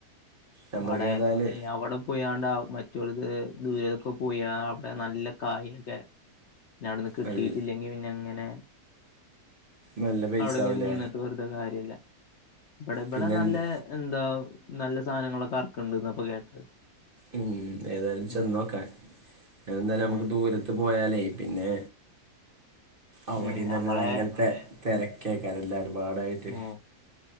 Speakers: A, on the right; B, on the left.
A: നമ്മക്ക്
B: അടെ
A: ഏതായാല്
B: ഞവടും പോയാണ്ടാ മറ്റോൽത് <unintelligible> പോയ അവ്ടെ നല്ല. <unintelligible> പിന്നെ അവ്ട്ന്ന് കിട്ടീട്ടില്ലെങ്കി
A: നല്ല
B: പിന്നെ അങ്ങനെ
A: നല്ല പൈസ
B: അവ്ടെങ്ങനെ
A: ആവൂലേ
B: നിന്ന്ട്ട് വെർതെ കാര്യല്ല. ഇബടെ ഇബടെ
A: പിന്നെ
B: നല്ലേ
A: എന്ത്
B: എന്താ, നല്ല സാനങ്ങളൊക്കെ അർക്ക്ണ്ട് ന്നാപ്പോ കേട്ടത്.
A: ഉം, ഏതാലും ചെന്നോക്കാൻ.
B: ഉം
A: ഞാനെന്താലും നമ്മക്ക്
B: ഉം
A: ദൂര ത്ത് പോയാലേ പിന്നെ, അവടിംന
B: ഉം നമ്മളെ
A: തന്നെ ഭയങ്കര തെ തെരക്കേക്കാരം എല്ലാരും പാടായിട്ട്.
B: ഉം